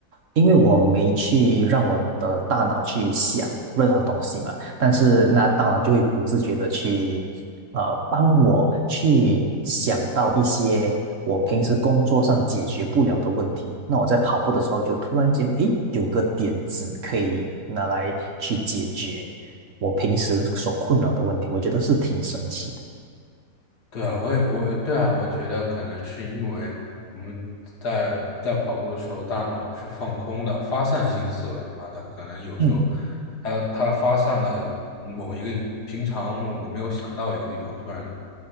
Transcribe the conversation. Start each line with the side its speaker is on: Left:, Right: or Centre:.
Right: 因为我没去让我的大脑去想任何东西嘛，但是那大脑就会不自觉的去，呃，帮我去想到一些我平时工作上解决不了的问题。那我在跑步的时候就突然间，诶，有个点子可以拿来去解决我平时所困扰的问题，我觉得是挺神奇的。
Left: 对啊，我也我对啊，我觉得可能是因为我们在在跑步的时候，大脑是放空的，发散性思维嘛，它可能有时候
Right: 嗯
Left: 它它发散的某一个平常我们没有想到一个地方，突然